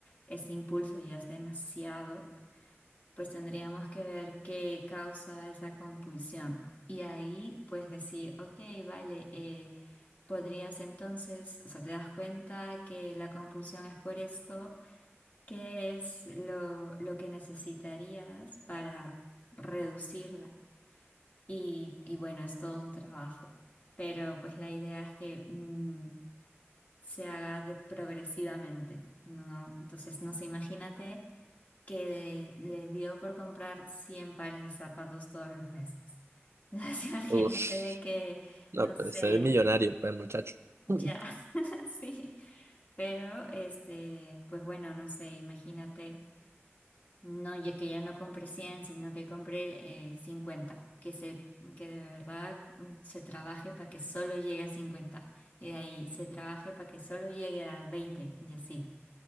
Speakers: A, on the left; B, on the right.
A: ese impulso ya es demasiado pues tendríamos que ver qué causa esa compulsión. Y ahí, pues decir, ok, vale, eh, podrías entonces, o sea, te das cuenta que la compulsión es por esto, ¿qué es lo, lo que necesitarías para reducirla? Y, y bueno, es todo un trabajo, pero pues la idea es que mm, se haga de- progresivamente, ¿no? Entonces, no sé, imagínate que le dio por comprar 100 pares de zapatos todos los meses. Entonces, <laughs> imagínate
B: Ush,
A: de que,
B: no,
A: no
B: pues
A: sé,
B: es millonario, pues, muchacho.
A: ya,
B: <laughs>
A: <laughs> sí, pero este, pues bueno, no sé, imagínate, no, ya que ya no compré 100 sino que compré eh, 50, que se, que de verdad mm, se trabaje para que solo llegue a 50 y de ahí se trabaje para que solo llegue a 20 y así,